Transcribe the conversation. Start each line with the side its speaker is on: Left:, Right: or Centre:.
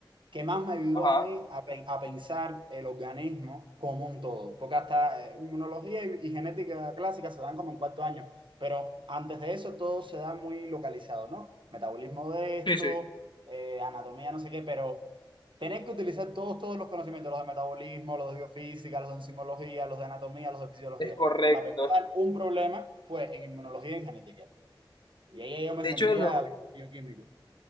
Right: que más me ayudó
Left: ajá,
Right: a mí a, pe- a pensar el organismo como un todo. Porque hasta eh, inmunología y, y genética clásica se dan como en cuarto año, pero antes de eso todo se da muy localizado, ¿no? Metabolismo de esto,
Left: sí, sí,
Right: eh, anatomía, no sé qué, pero tener que utilizar todos, todos los conocimientos, los de metabolismo, los de biofísica, los de enzimología, los de anatomía, los de fisiología,
Left: es correcto.
Right: para pensar un problema fue en inmunología y en genética. Y ahí yo me
Left: De
Right: sentía
Left: hecho, los
Right: bio- bioquímico.